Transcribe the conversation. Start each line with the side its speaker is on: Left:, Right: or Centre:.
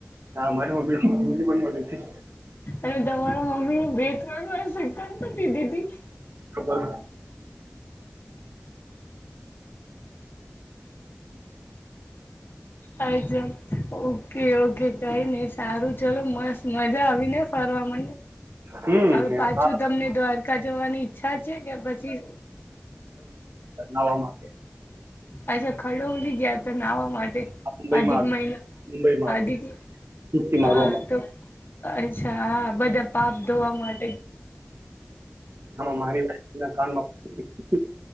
Right: મારી મમ્મી મમ્મી પણ મળી હતી
Left: અને તમારા મમ્મી બે ત્રણ વર્ષ પણ દીધીી <inaudible>
Right: ખબર હમ <inaudible>
Left: અછ ઓકે ઓકે કઈ ને સારું ચલો મજા આવી ને ફરવા મ
Right: હમ
Left: હવે પાછું
Right: હા
Left: તમને દ્વારકા જવાની ઈચ્છા છે કે પછી
Right: નવા માટે
Left: અચ્છા ખડોલી થી ગયા હતા
Right: આ મુંબઈમાં
Left: અધિક
Right: આવી
Left: મહિના
Right: મુંબઈમાં આવી
Left: અધિક
Right: ડૂબકી
Left: હા
Right: મારવા માટે
Left: તો અચ્છા હા બધા પાપ ધોવા મળે
Right: આ મારી કમાં <inaudible>